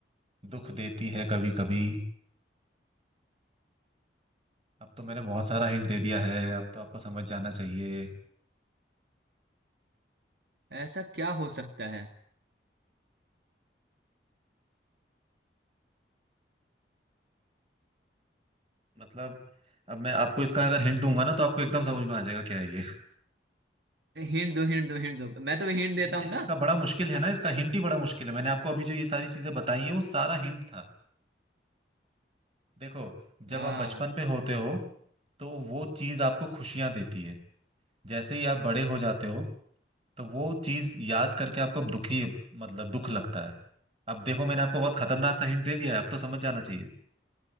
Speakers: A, on the right (about 35°); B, on the right (about 70°).
A: दुख देती है कभी कभी अब तो मैंने बहुत सारा हिंट दे दिया है अब तो आपको समझ जाना चाहिए
B: ऐसा क्या हो सकता है
A: मतलब अब मैं आपको इसका अगर हिंट दूंगा ना तो आपको एकदम समझ में आ जाएगा क्या है ये
B: हिंट दो हिंट दो हिंट दो मैं तो हिंट देता
A: हिंट
B: हूँ
A: इसका
B: ना
A: बड़ा मुश्किल है ना इसका हिंट ही बड़ा मुश्किल है मैंने आपको अभी जो ये सारी चीजें बताई हैं वो सारा हिंट था देखो जब
B: हाँ
A: आप बचपन पे होते हो तो वो चीज आपको खुशियां देती है जैसे ही आप बड़े हो जाते हो तो वो चीज याद करके आपको दुखी मतलब दुख लगता है अब देखो मैंने आपको बहुत खतरनाक सा हिंट दे दिया है अब तो समझ जाना चाहिए